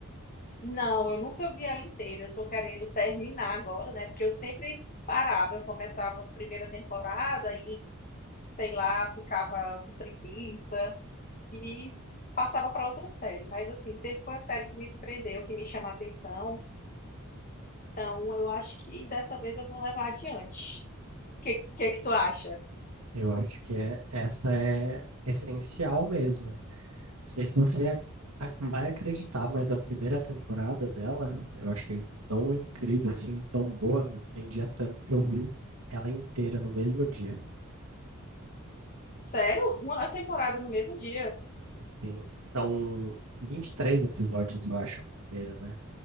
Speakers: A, on the left (about 40°); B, on the right (about 85°).
A: Não, eu nunca vi ela inteira. Eu tô querendo terminar agora, né? Porque eu sempre parava, eu começava a primeira temporada e, sei lá, ficava com preguiça e passava para outra série. Mas assim, sempre foi a série que me prendeu, que me chama a atenção. Então, eu acho que dessa vez eu vou levar adiante. Que que que tu acha?
B: Eu acho que é, essa é essencial mesmo. Não sei se você ac- ac- vai acreditar, mas a primeira temporada dela eu achei tão incrível, assim, tão boa, me prendia tanto que eu vi ela inteira no mesmo dia.
A: Sério? Uma temporada no mesmo dia?
B: Sim. Então, 23 episódios, eu acho, a primeira, né?